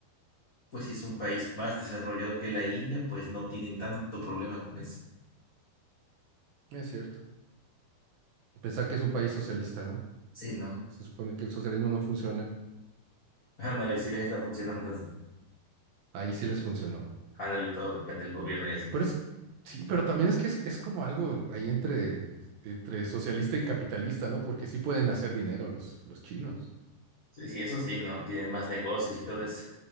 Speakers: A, on the left; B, on the right.
A: pues sí es un país más desarrollado que la India, pues no tienen tanto problema con eso.
B: Es cierto. Pensar que es un país socialista, ¿no?
A: Sí, ¿no?
B: Se supone que el socialismo no funciona.
A: <laughs> Ándale, sí les está funcionando.
B: Ahí sí les funcionó.
A: Ándale, todo depende del gobierno y así.
B: Pero es, sí, pero también es que es, es como algo ahí entre, entre socialista y capitalista, ¿no? Porque sí pueden hacer dinero los, los chinos
A: Sí, sí, eso sí, ¿no? Tienen más negocios y todo eso.